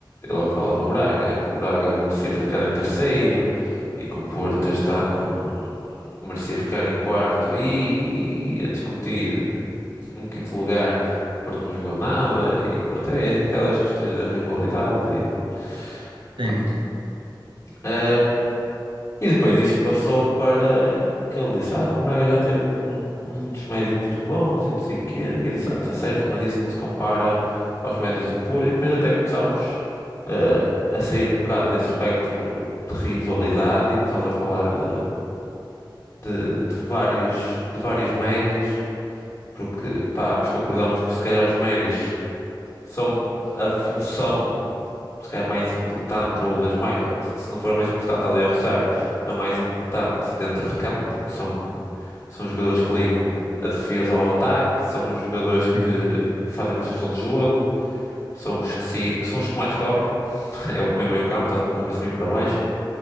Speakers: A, on the left; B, on the right.
A: ele a falar do Braga, que o Braga merecia ter ficado em terceiro e que o Porto este ano merecia ficar em quarto. E, e- e a discutir um quinto lugar, o Porto não jogou nada. E pronto, é aquelas questões da rivalidade. E,
B: Tem,
A: pronto.
B: sim.
A: Ah, E depois isto passou para que ele disse, ah, que o Braga já teve mu- mu- muitos médios muito bons e não sei o quê. E eu disse, ah, tá certo, mas isso não se compara aos médios do Porto. E depois até começámos eh, a sair um bocado desse espectro de rivalidade e começámos a falar de, de, de vários, de vários médios, porque pá, ambos concordámos que se calhar os médios são a função se calhar mais importante, ou das mais, se não for a mais importante, ali a roçar, a mais importante dentro de campo, porque são, são jogadores que ligam a defesa ao ataque, são os jogadores que
B: Tem,
A: fazem construção de jogo, são os que, se- são os que mais correm, <laughs> é o, é o meio campo, está sempre a correr para cima e para baixo.